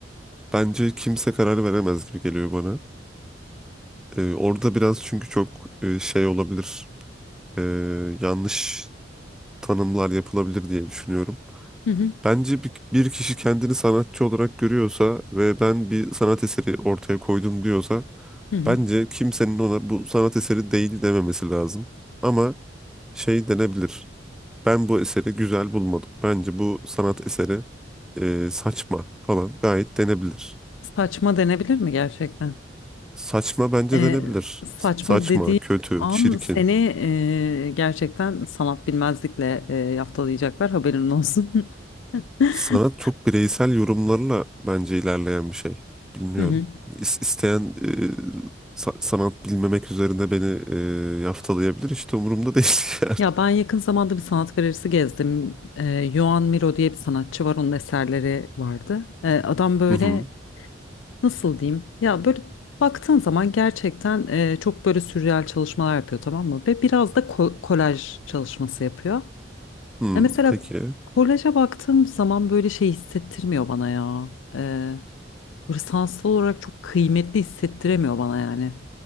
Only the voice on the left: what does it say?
Hı hı,
hı hı.
Saçma denebilir mi gerçekten?
E,
saçma
dediği
an
seni e, gerçekten sanat bilmezlikle e, yaftalayacaklar haberin olsun. <laughs>
Hı hı.
Ya ben yakın zamanda bir sanat galerisi gezdim. Ee, Joan Miro diye bir sanatçı var. Onun eserleri vardı. Ee, adam böyle
nasıl diyeyim? Ya böyle baktığın zaman gerçekten e, çok böyle sürreal çalışmalar yapıyor tamam mı? Ve biraz da ko- kolaj çalışması yapıyor.
Ya mesela
kolaja baktığım zaman böyle şey hissettirmiyor bana ya. Ee, böyle sanatsal olarak çok kıymetli hissettiremiyor bana yani.